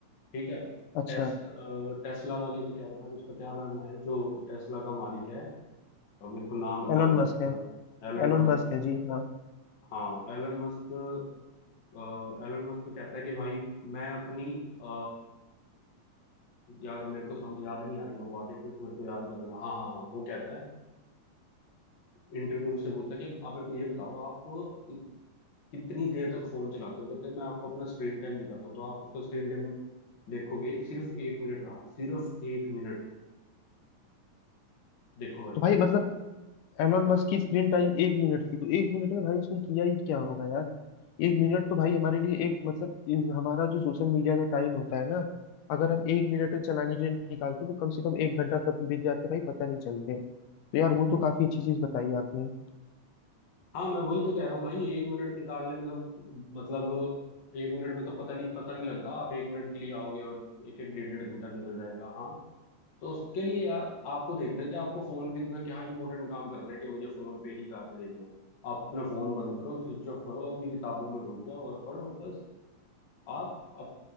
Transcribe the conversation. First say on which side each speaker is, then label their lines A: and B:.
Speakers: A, on the left (about 50°); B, on the left (about 85°).
A: ठीक है
B: अच्छा
A: टेस अ, टेस्ला वाले का कह रहा था उसका क्या नाम है जो टेस्ला का मालिक है अब मेरे को नाम बताओ
B: एलोन
A: मेरे
B: मस्क
A: को थोड़ा
B: है
A: एलन
B: एलोन
A: मस्क
B: मस्क है जी हाँ
A: हाँ एलन मस्क अ, एलन मस्क का कहता है कि भाई मैं अपनी अ, यार मेरे को सम, याद नहीं आ रही वो बात एक मिनट मेरे को याद करना था हाँ हाँ हाँ वो कहता है इंटरव्यू से पूछता है कि आप मेरे को ये बताओ आप कितनी देर तक फोन चलाते हो कहते हैं मैं आपको अपना स्क्रीन टाइम दिखाता हूँ तो आप उसका स्क्रीन टाइम देखोगे सिर्फ एक मिनट रहा सिर्फ एक मिनट देखो भाई
B: तो भाई मतलब एलोन मस्क की स्क्रीन टाइम एक मिनट थी तो एक मिनट में भाई उसने किया ही क्या होगा यार एक मिनट तो भाई हमारे लिए एक मतलब इन- हमारा जो सोशल मीडिया का टाइम होता है ना अगर हम एक मिनट चलाने के लिए निकालते तो कम से कम एक घंटा कब बीत जाते भाई पता नहीं चलते तो यार वो तो काफी अच्छी चीज बताई आपने
A: हाँ मैं वही तो कह रहा हूँ भाई एक मिनट निकालने में तो मतलब एक मिनट में तो पता नहीं पता नहीं लगता आप एक मिनट के लिए आओगे और एक एक डेढ़ डेढ़ घंटा निकल जाएगा हाँ तो उसके लिए यार आपको देखना है कि आपको फोन पे इतना क्या इंपॉर्टेंट काम करना है कि मुझे फोन पे ही जाके देखना है। आप अपना फोन बंद करो स्विच ऑफ करो अपनी किताबों में डूब जाओ और पढ़ो बस आप अब